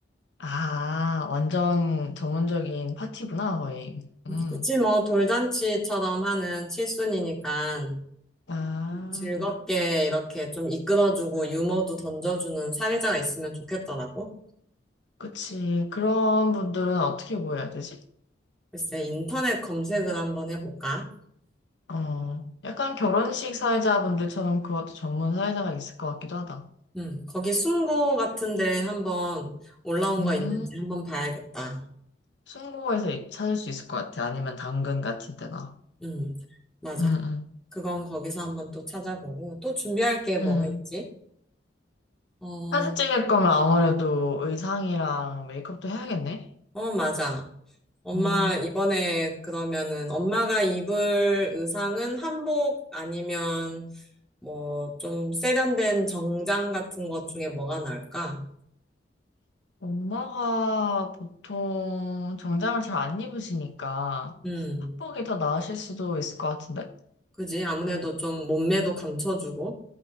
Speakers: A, on the left; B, in the centre.
A: 아, 완전 전문적인 파티구나, 거의. 음.
B: 그치, 뭐 돌잔치처럼 하는 칠순이니까
A: 아,
B: 즐겁게 이렇게 좀 이끌어주고 유머도 던져주는 사회자가 있으면 좋겠더라고.
A: 그치. 그런 분들은 어떻게 보여야 되지?
B: 글쎄, 인터넷 검색을 한번 해볼까?
A: 어, 약간 결혼식 사회자분들처럼 그것도 전문 사회자가 있을 것 같기도 하다.
B: 음, 거기 숨고 같은데 한번 올라온
A: 음,
B: 거 있는지 한번 봐야겠다.
A: 순고에서 이- 찾을 수 있을 것 같아. 아니면 당근 같은 데나.
B: 음, 맞아.
A: 음, 음,
B: 그건 거기서 한번 또 찾아보고, 또 준비할 게 뭐가
A: 음.
B: 있지? 어,
A: 사진 찍을 거면 아무래도 의상이랑 메이크업도 해야겠네.
B: 어, 맞아. 엄마,
A: 음,
B: 이번에 그러면은 엄마가 입을 의상은 한복 아니면 뭐 좀 세련된 정장 같은 것 중에 뭐가 나을까?
A: 엄마가 보통 정장을 잘 안 입으시니까
B: 음,
A: 한복이 더 나으실 수도 있을 것 같은데.
B: 그지? 아무래도 좀 몸매도 감춰주고.